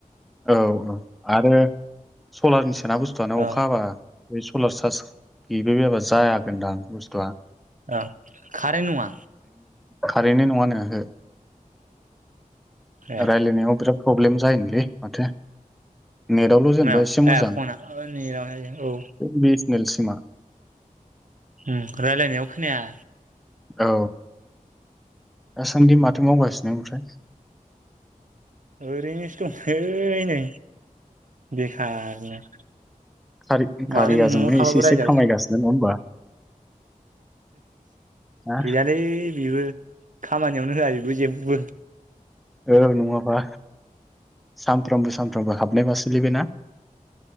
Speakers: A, in the centre; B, on the right (about 60°).
A: औ औ आरो सलारनि सोना बुस्थुआनो
B: औ
A: अखा हाबा बे सलार चार्ज गैबायबायाबा जागोनदां बुस्थुआ
B: ओ खारेथ नङा
A: खारेथनि नङा नो ओहो
B: ए
A: रायलायनायाव बिराद प्रब्लेम जायोनोलै माथो नेटआवल' जेनेबा
B: मायाव
A: एसे मोजां
B: ए फना नेटाव औ
A: बे निल सिमा
B: उम रायलायनायाव खोनाया
A: औ दासान्दि माथो मावगासिनो ओमफ्राय?
B: ओरैनोसो दं ओइ नै बेखारनो
A: खारि
B: माथो
A: खारियाजोंनो
B: न'आव थाबाबो
A: एसे एसे
B: रायजाबाय
A: खामायगासिनो
B: थायो
A: नङा होमबा? ना
B: गैयालै बेबो खामानियावनो होआ बेबो जेबो।
A: औ नङाबा सामफ्रामबो सामफ्रामबो हाबनाय बा सोलैना?